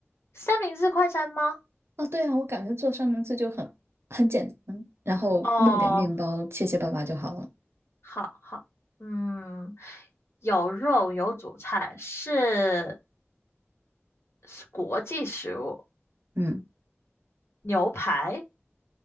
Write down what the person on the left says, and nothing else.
三明治快餐吗？
哦，
好好，嗯，有肉有主菜，是是国际食物，
牛排。